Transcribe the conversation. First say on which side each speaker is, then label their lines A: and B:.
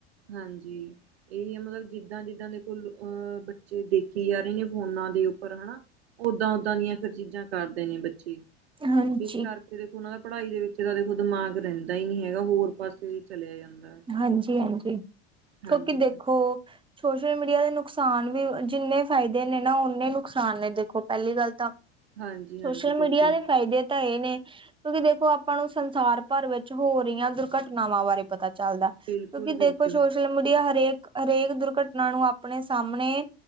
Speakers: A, on the right (about 80°); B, on the right (about 15°).
A: ਹਾਂਜੀ ਇਹੀ ਹੈ ਮਤਲਬ ਜਿੱਦਾਂ ਜਿੱਦਾਂ ਦੇ ਕੋਲ ਅਹ ਬੱਚੇ ਦੇਖੀ ਜਾ ਰਹੇ ਨੇ ਫੋਨਾਂ ਦੇ ਉੱਪਰ ਹਨਾ ਓਦਾਂ ਓਦਾਂ ਦੀਆਂ ਫਿਰ ਚੀਜ਼ਾਂ ਕਰਦੇ ਨੇ ਬੱਚੇ
B: ਹਾਂਜੀ।
A: ਇਸ ਕਰਕੇ ਦੇਖੋ ਉਹਨਾਂ ਦਾ ਪੜ੍ਹਾਈ ਦੇ ਵਿੱਚ ਤਾਂ ਦੇਖੋ ਦਿਮਾਗ ਰਹਿੰਦਾ ਏਦਾਂ ਹੀ ਨਹੀਂੀ ਹੈਗਾ ਹੋਰ ਪਾਸੇ ਚਲਿਆ ਜਾਂਦਾ
B: ਹਾਂਜੀ ਹਾਂਜੀ
A: ਹਾਂਜੀ,
B: ਕਿਉਂਕਿ ਦੇਖੋ ਸੋਸ਼ਲ ਮੀਡੀਆ ਦੇ ਨੁਕਸਾਨ ਵੀ ਜਿੰਨੇ ਫ਼ਾਇਦੇ ਨੇ ਨਾ ਨੇ ਨੁਕਸਾਨ ਨੇ ਦੇਖੋ ਪਹਿਲੀ ਗੱਲ ਤਾਂ
A: ਹਾਂਜੀ,
B: ਸੋਸ਼ਲ
A: ਹਾਂਜੀ ਬਿਲਕੁਲ,
B: ਮੀਡੀਆ ਦੇ ਫਾਇਦੇ ਤਾਂ ਇਹ ਨੇ ਕਿਉਂਕਿ ਦੇਖੋ ਆਪਾਂ ਨੂੰ ਸੰਸਾਰ ਭਰ ਵਿੱਚ ਹੋ ਰਹੀਆਂ ਦੁਰਘਟਨਾਵਾਂ ਬਾਰੇ ਪਤਾ ਚੱਲਦਾ ਕਿਉਂਕਿ
A: ਬਿਲਕੁਲ, ਬਿਲਕੁਲ
B: ਦੇਖੋ ਸ਼ੋਸ਼ ਸੋਸ਼ਲ ਮੀਡੀਆ ਹਰੇਕ ਹਰੇਕ ਦੁਰਘਟਨਾ ਨੂੰ ਆਪਣੇ ਸਾਹਮਣੇ